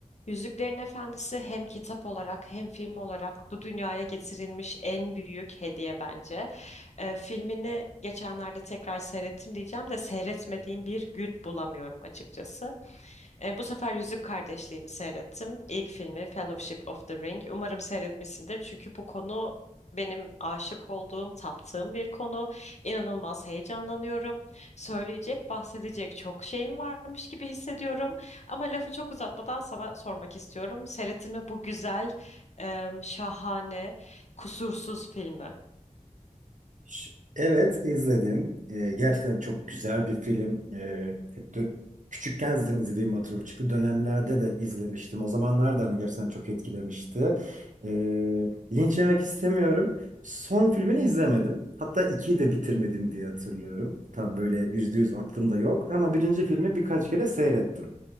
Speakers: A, on the left (about 60°); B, on the right (about 70°).
A: Yüzüklerin Efendisi hem kitap olarak hem film olarak bu dünyaya getirilmiş en büyük hediye bence. Ee, filmini geçenlerde tekrar seyrettim diyeceğim de seyretmediğim bir gün bulamıyorum açıkçası. E, bu sefer Yüzük Kardeşliği'ni seyrettim. İlk filmi Fellowship of the Ring. Umarım seyretmişsindir. Çünkü bu konu benim aşık olduğum, taptığım bir konu. İnanılmaz heyecanlanıyorum. Söyleyecek, bahsedecek çok şeyim varmış gibi hissediyorum. Ama lafı çok uzatmadan sana sormak istiyorum. Seyrettin mi bu güzel, e, şahane, kusursuz filmi?
B: Ş- Evet izledim. Ee, gerçekten çok güzel bir film. Ee, dö- küçükken zaten izlediğim hatırlıyorum. Çıktı dönemlerde de izlemiştim. O zamanlar da hani gerçekten çok etkilemişti. Ee, linç yemek istemiyorum. Son filmini izlemedim. Hatta ikiyi de bitirmedim diye hatırlıyorum. Tam böyle yüzde yüz aklımda yok. Ama birinci filmi birkaç kere seyrettim.